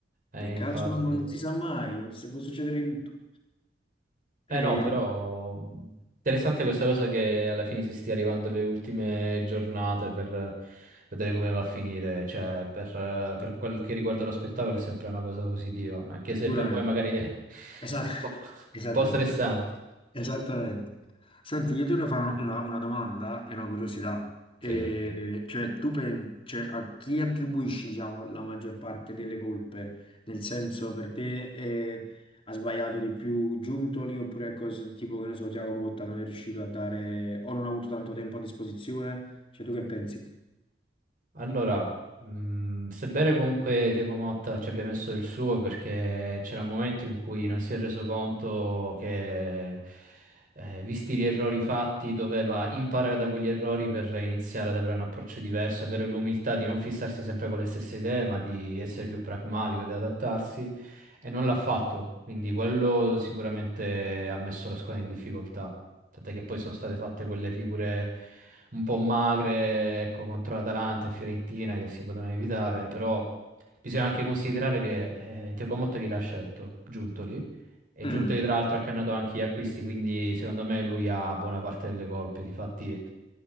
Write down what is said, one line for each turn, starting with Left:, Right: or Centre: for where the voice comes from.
Right: Eh,
Left: nel calcio
Right: infatti.
Left: non, non si sa mai, non si- può succedere di tutto.
Right: Eh
Left: Eh,
Right: no, però mh, interessante questa cosa che alla fine si stia arrivando alle ultime giornate per eh, vedere come va a finire, cioè per, eh, per quel che riguarda lo spettacolo è sempre una cosa positiva, anche
Left: sicuramente.
Right: se per voi magari è
Left: Esa-
Right: un po', un
Left: <laughs> Esattamente.
Right: po' stressante.
Left: Esattamente. Senti, io ti voglio fare una,
Right: Sì,
Left: una- una domanda e una curiosità. E,
Right: sì.
Left: cioè, tu pensi, a chi attribuisci, diciamo, la maggior parte delle colpe? Nel senso, per te eh, ha sbagliato di più Giuntoli oppure è cose tipo, che ne so, Thiago Motta non è riuscito a dare o non ha avuto tanto tempo a disposizione? Cioè, tu che pensi?
Right: Allora, mh, sebbene comunque Diego Motta ci abbia messo il suo perché c'era un momento in cui non si è reso conto che, eh, visti gli errori fatti, doveva imparare da quegli errori per iniziare ad avere un approccio diverso, avere l'umiltà di non fissarsi sempre con le stesse idee, ma di essere più pragmatico, di adattarsi, e non l'ha fatto, quindi quello sicuramente ha messo la squadra in difficoltà, tant'è che poi sono state fatte quelle figure un po' magre, ecco, contro l'Atalanta e Fiorentina che si potevano evitare, però bisogna anche considerare che eh, Thiago Motta chi l'ha scelto? Giuntoli. E
Left: Mm,
Right: Giuntoli tra l'altro ha cannato anche gli acquisti, quindi secondo me lui ha buona parte delle colpe. Difatti,